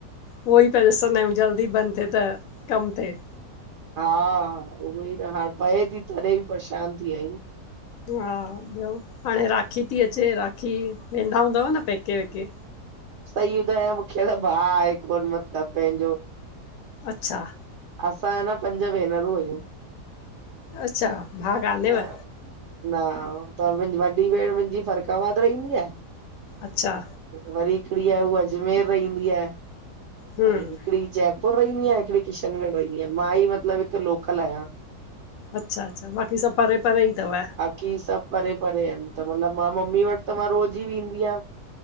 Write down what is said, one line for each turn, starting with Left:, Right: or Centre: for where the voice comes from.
Left: उहो ई पिया ॾिसंदा आहियूं जल्दी बंदि थिए त कमु थिए।
Right: हा, उहो ई न हाणे पए थी तॾहिं बि परेशान थी वियायूं।
Left: हा, ॿियो हाणे राखी थी अचे राखी वेंदा हूंदव न पैके वेके।
Right: सही ॿुधायां मूंखे त भाउ आहे कोन मतिलबु पंहिंजो
Left: अच्छा।
Right: असां न पंज भेनरूं आहियूं।
Left: अच्छा भा कानेव?
Right: त न, त मुंहिंजी वॾी भेण मुंहिंजी फ़रक़ाबाद रहंदी आहे।
Left: अचछा।
Right: वरी हिकड़ी आहे अजमेर रहंदी आहे,
Left: हम्म
Right: ऐं हिकड़ी जयपुर पुर रहंदी आहे, हिकिड़ी किशनगढ़ रहींदी आहे, मां ई मतलब हिक लोकल आहियां।
Left: अच्छा अच्छा, बाक़ी सभु परे परे ई अथव?
Right: कि सब परे- परे आहिन, त मतिलबु मां मम्मी वटि त मां रोज़ ई वेंंददी आहियां।